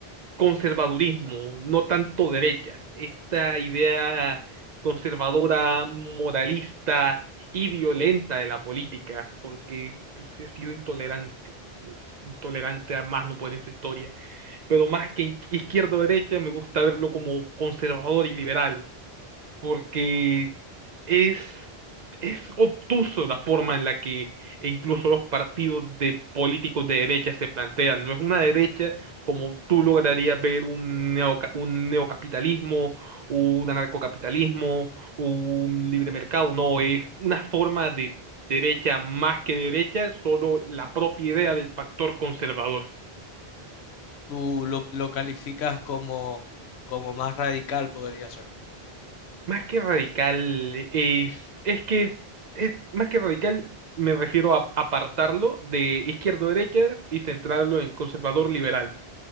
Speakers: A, on the right; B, on the left.
A: conservadurismo, no tanto derechas. Esta idea conservadora, moralista y violenta de la política, porque se ha sido intolerante, es intolerante a más no poder en su historia. Pero más que izquierda o derecha, me gusta verlo como conservador y liberal porque es, es obtuso la forma en la que incluso los partidos de políticos de derecha se plantean. No es una derecha como tú lograrías ver un neoca- un neocapitalismo, un anarcocapitalismo, un libre mercado. No, es una forma de derecha más que derecha, solo la propia idea del factor conservador.
B: Tú lo, lo calificas como, como más radical, podría ser.
A: Más que radical, es, es que, es- más que radical, me refiero a apartarlo de izquierdo-derecha y centrarlo en conservador-liberal.